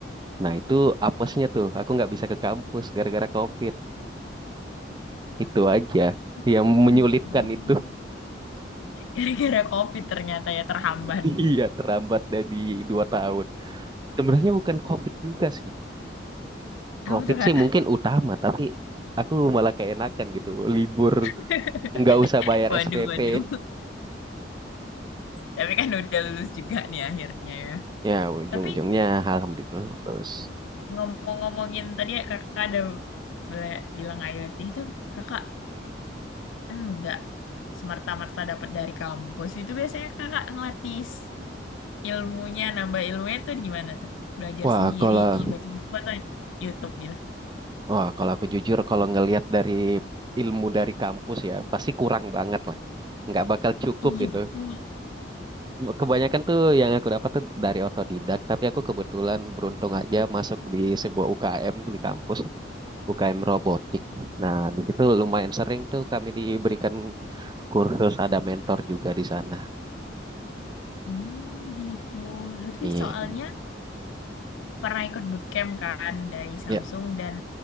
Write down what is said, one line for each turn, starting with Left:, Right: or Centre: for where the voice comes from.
Right: Nah, itu apesnya tuh, aku nggak bisa ke kampus gara-gara COVID. Itu aja yang
Left: Oh,
Right: menyulitkan
Left: gitu.
Right: itu. <laughs>
Left: Gara-gara COVID ternyata ya terhambat.
Right: Iya, terlambat dari dua tahun. Sebenarnya bukan COVID juga sih. COVID
Left: Apa tuh, Kak?
Right: sih mungkin utama, tapi aku malah keenakan gitu. Libur
Left: <laughs>
Right: nggak usah bayar
Left: Waduh,
Right: SPP.
Left: waduh. Tapi kan udah lulus juga nih akhirnya ya.
Right: Ya, ujung-ujungnya
Left: Tapi
Right: alhamdulillah lulus.
Left: Ngomong-ngomongin tadi ya kakak ada bela- bilang IoT itu kakak kan nggak semerta-merta dapat dari kampus. Itu biasanya kakak ngelatih s- ilmunya, nambah ilmunya tuh gimana tuh? Belajar
Right: Wah,
Left: sendiri,
Right: kalau
Left: baca buku atau YouTube gitu?
Right: Wah, kalau aku jujur, kalau ngelihat dari ilmu dari kampus ya, pasti kurang banget lah. Nggak bakal cukup
Left: Iya
Right: itu.
Left: betul.
Right: Kebanyakan tuh yang aku dapat tuh dari otodidak, tapi aku kebetulan beruntung aja masuk di sebuah UKM di kampus, UKM robotik. Nah, di situ lumayan sering tuh kami diberikan kursus, ada mentor juga di sana.
Left: Hmm, gitu. Lutfi
Right: Iya,
Left: soalnya pernah ikut bootcamp kan dari Samsung
Right: iya,
Left: dan